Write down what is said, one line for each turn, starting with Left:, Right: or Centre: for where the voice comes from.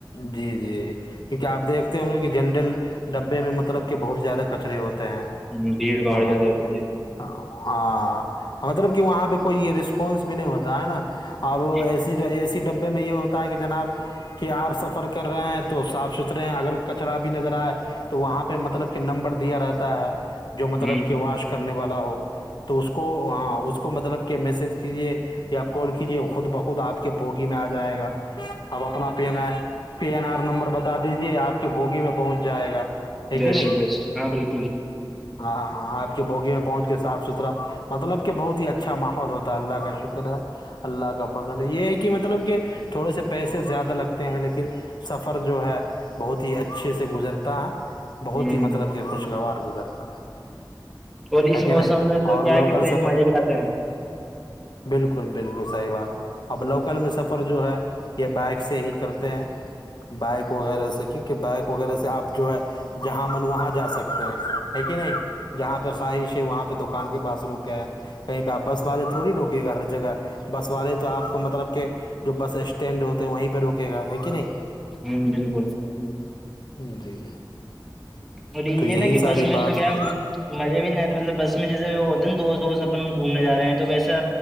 Left: جی جی کیونکہ آ دیکھتے ہوں گے کہ جنرل ڈبے میں مطلب کہ بہت زیادہ کچرے ہوتے ہیں
Centre: ہ بھیڑ باڑ
Left: ہاں
Centre: زیادہ ہوتی ہے
Left: ہاں مطلب کہ وہاں پہ کوئی یہ رسپانس بھی نہیں ہوتا ہے نا اب
Centre: ہے
Left: وہ ایسی ایسی ڈبے میں یہ ہوتا ہے کہ جناب کہ آپ سفر کر رہے ہیں تو صاف ستھرے ہیں اگر کچرا بھی نظر آئے تو وہاں پہ مطلب کہ نمبر دیا رہتا ہے جو مطلب
Centre: ہوں
Left: کہ واش کرنے والا ہو تو اس کو ہاں اس کو مطلب کہ میسج کیجیے یا کال کیجے خود بخود آپ کے بوگی میں آ جائے گا آپ اپنا پی آ پی این آر نمبر بتا دیجیے آپ کے بوگی میں پہنچ جائے گا ہے
Centre: دش
Left: کہ نہیں
Centre: د ہاں بالکل
Left: ہاں ہاں آپ کے بوگی میں پہنچ کے صاف ستھرا مطلب کہ بہت ہی اچھا ماحول ہوتا اللہ کا شکر ہے اللہ کا فضل یہ ہے کہ مطلب کہ تھوڑے سے پیسے زیادہ لگتے ہیں لیکن سفر جو ہے بہت ہی اچھے سے گزرتا ہے بہت
Centre: ہوں
Left: ہی مطلب کہ خوشگوار گزرتا
Centre: اور اس
Left: ہے کہ
Centre: موسم
Left: نہیں
Centre: میں تو
Left: اور
Centre: کیا ہے
Left: لوکل
Centre: کہ ٹرین
Left: سفر
Centre: مزے بھی آتے ہیں
Left: بالکل بالکل صحیح بات اب لوکل میں سفر جو ہے یہ بائک سے ہی کرتے ہیں بائک وغیرہ سے کیونکہ بائک وغیرہ سے آپ جو ہے جہاں من وہاں جا سکتے ہو ہے کہ نہیں جہاں پہ خواہش ہے وہاں پہ دکان کے پاس رک گیا کہیں پہ آپ بس والے تھوڑی روکے گا ہر جگہ بس والے تو آپ کو مطلب کہ جو بس اسٹینڈ ہوتے ہیں وہیں پہ روکے گا ہے کہ نہیں
Centre: ہوں بالکل
Left: ج جی
Centre: اورلیجے
Left: تو یہی
Centre: نا کہ
Left: ساری
Centre: بس میں
Left: بات
Centre: تو کیا
Left: ہے
Centre: مزے بھی نہیں آتے مطلب بس میں جیسے وہ ہوتے ہیں نا دوست وست اپن گھومنے ج رہے ہیں تو ویسا